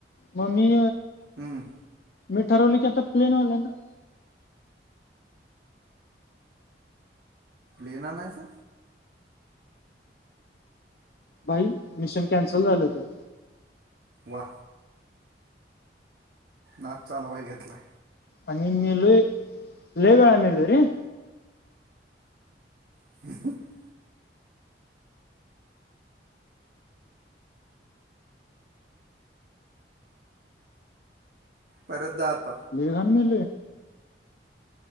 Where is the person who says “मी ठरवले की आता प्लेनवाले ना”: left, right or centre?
Left